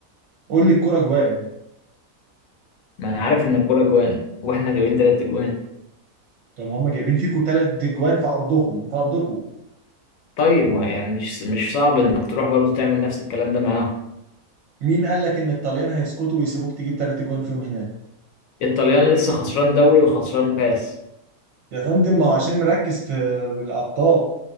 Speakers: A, on the right; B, on the left.
A: قول لي الكرة جوان
B: ما انا عارف ان الكوره جوان واحنا جايبين ثلاث اجوان
A: طب ما هم جايبين فيكوا ثلاث جوان في ارضهم في ارضكوا
B: طيب ما يعني مش مش صعب انك تروح برضو تعمل نفس الكلام ده معاهم
A: مين قال لك ان الطليان هيسكتوا ويسيبوك تجيب ثلاث جوان فيهم هناك
B: الطليان لسه خسران دوري وخسران كاس
A: يا فندم ما هو عشان مركز في الابطال